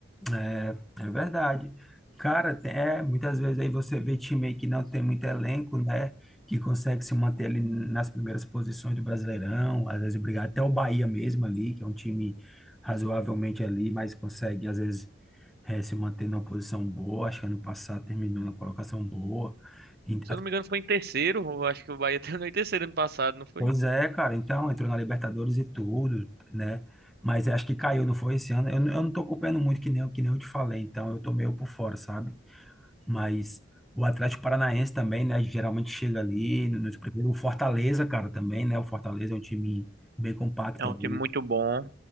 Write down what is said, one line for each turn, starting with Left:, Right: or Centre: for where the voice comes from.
Centre: É, é verdade. Cara, tem- é, muitas vezes aí você vê time aí que não tem muito elenco, né? Que consegue se manter ali nas primeiras posições do Brasileirão, às vezes brigar até o Bahia mesmo ali, que é um time razoavelmente ali, mas consegue às vezes é, se manter numa posição boa. Acho que ano passado terminou na colocação boa. E-
Right: Se eu não me engano foi em terceiro, eu acho que o Bahia <laughs> terminou em terceiro ano passado, não foi?
Centre: Pois é, cara, então entrou na Libertadores e tudo, né? Mas acho que caiu, não foi esse ano. Eu, não- eu não tô acompanhando muito, que nem, eu- que nem eu te falei, então eu tô meio por fora, sabe? Mas o Atlético Paranaense também, né? Geralmente chega ali no- nos primeiros. O Fortaleza, cara, também, né? O Fortaleza é um time bem compacto
Right: É um
Centre: ali.
Right: time muito bom.